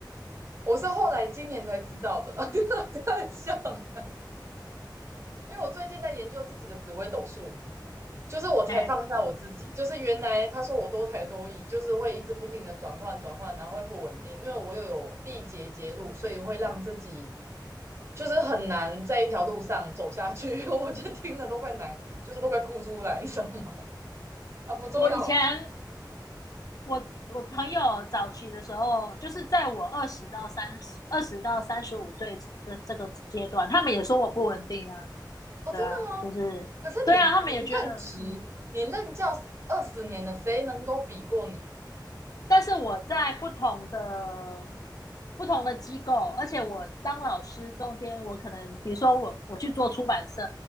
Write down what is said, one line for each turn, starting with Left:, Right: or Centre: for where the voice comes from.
Right: 我是后来今年才知道的啦，<laughs> 太笑了因为我最近在研究自己的紫微斗数，就是我才放下我自己，
Left: 哎，
Right: 就是原来他说我多才多艺，就是会一直不停的转换转换，然后会不稳定，因为我又有地结节路，所以会让自己就是很难在一条路上走下去。<laughs> 我就听了都快难，就是都快哭出来，你知道吗？<laughs> 啊，不重要
Left: 我以前我我朋友早期的时候，就是在我二十到三十、二十到三十五岁这这个阶段，他们也说我不稳定啊，
Right: 哦，
Left: 对啊，
Right: 真的吗？
Left: 就是
Right: 可是你你任职，
Left: 对啊，他们也觉得嗯。
Right: 你任教二十年了，谁能够比过你？
Left: 但是我在不同的不同的机构，而且我当老师中间，我可能比如说我我去做出版社，